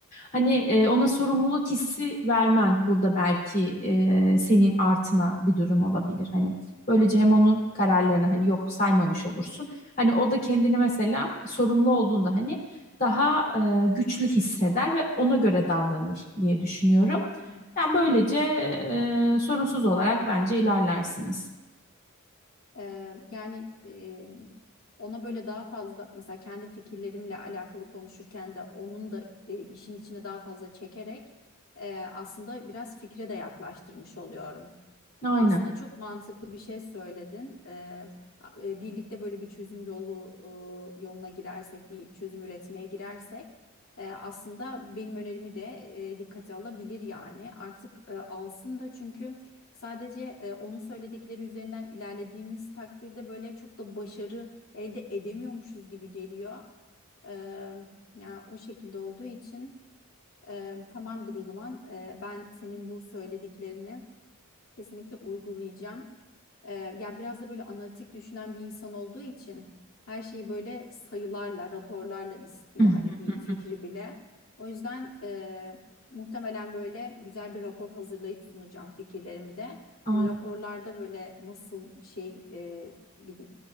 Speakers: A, on the left; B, on the left.
A: Hani e, ona sorumluluk hissi vermen burada belki e, senin artına bir durum olabilir. Hani böylece hem onun kararlarını hani yok saymamış olursun. Hani o da kendini mesela sorumlu olduğunda hani daha e, güçlü hisseder ve ona göre davranır diye düşünüyorum.
B: Yani.
A: Yani böylece e, sorunsuz olarak bence ilerlersiniz.
B: Ee, yani e, ona böyle daha fazla mesela kendi fikirlerimle alakalı konuşurken de onun da e, işin içine daha fazla çekerek e, aslında biraz fikre de yaklaştırmış oluyorum.
A: Aynen.
B: Aslında çok mantıklı bir şey söyledin. Ee, a- e, birlikte böyle bir çözüm yolu e, yoluna girersek, bir çözüm üretmeye girersek, e, aslında benim önerimi de e, dikkate alabilir yani. Artık e, alsın da çünkü sadece e, onun söyledikleri üzerinden ilerlediğimiz takdirde böyle çok da başarı elde edemiyormuşuz gibi geliyor. Eee ya o şekilde olduğu için eee, tamamdır o zaman Eee, ben senin bu söylediklerini Kesinlikle uygulayacağım. Ee, ya biraz da böyle analitik düşünen bir insan olduğu için her şeyi böyle sayılarla, raporlarla istiyor.
A: <laughs>
B: Hani bir fikri bile. O yüzden e, muhtemelen böyle güzel bir rapor hazırlayıp sunacağım fikirlerimi de.
A: Aynen.
B: Hani raporlarda böyle nasıl bir şey e, bir